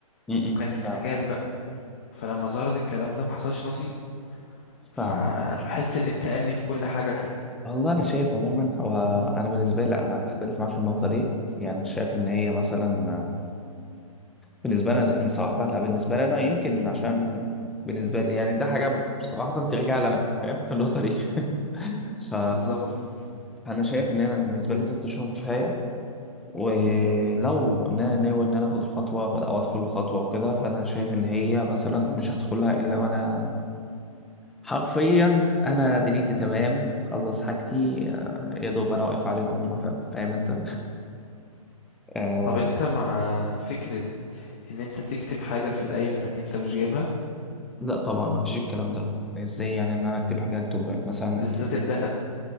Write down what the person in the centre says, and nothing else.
م-م.
فاهم
فاهم.
والله أنا شايف عموما هو أنا بالنسبة لي لأ أنا بختلف معاه في النقطة دي يعني أنا شايف إن هي مثلا بالنسبة لنا أنا صراحة لا بالنسبة لنا يمكن عشان بالنسبة لي يعني ده حاجة صراحة ترجع لنا فاهم في النقطة دي <laughs> ف
أنا شايف إن أنا بالنسبة لي ست شهور كفاية ولو إن أنا ناوي إن أنا آخد الخطوة أو أدخل الخطوة وكده فأنا شايف إن هي مثلا مش هدخلها إلا وأنا حرفيا أنا دنيتي تمام خلص حاجتي آه، يا دوب أنا واقف عليهم هم فاهم فاهم أنت آه
لا طبعا ما فيش الكلام ده ازاي يعني ان انا اكتب حاجه انتم مثلا